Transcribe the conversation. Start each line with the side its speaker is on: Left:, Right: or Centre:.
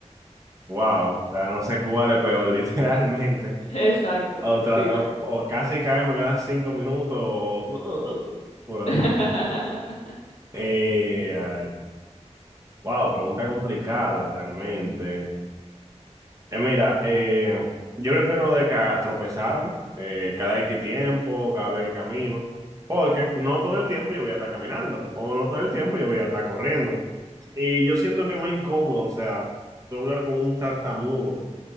Right: Wow. O sea, no sé cuál es peor, <laughs> literalmente.
Left: Exacto,
Right: O, tra-
Left: dime.
Right: o- o casi cae, me quedan cinco minutos. o- o- o- o- o-
Left: <laughs>
Right: o- fue. Eh, ay, wow, pregunta complicada realmente. Eh, mira, eh, yo prefiero lo de ca- tropezarme eh, cada X tiempo, cada vez que camino, porque no todo el tiempo yo voy a estar caminando, o no todo el tiempo yo voy a estar corriendo. Y yo siento que es más incómodo, o sea, tú hablar con un tartamudo,